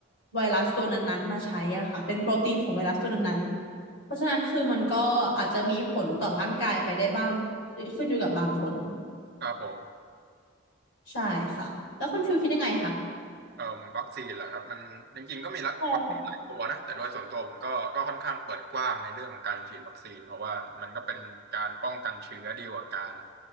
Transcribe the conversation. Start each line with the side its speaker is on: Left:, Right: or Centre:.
Left: ไวรัสตัวนั้นๆมาใช้อ่ะค่ะเป็นโปรตีนของไวรัสตัวนั้นๆเพราะฉะนั้นคือมันก็อาจจะมีผลต่อร่างกายไปได้บ้างขึ้นอยู่กับบางคน
Right: ครับผม
Left: ใช่ค่ะแล้วคุณฟิวคิดยังไงคะ
Right: เอ่อวัคซีนเหรอครับมันจริงๆก็มีรักวัคซีนหลายตัวนะแต่โดยส่วนตัวผมก็ก็ค่อนข้างเปิดกว้างในเรื่องของการฉีดวัคซีนเพราะว่ามันก็เป็นการป้องกันเชื้อดีกว่าการ
Left: ใช่ค่ะ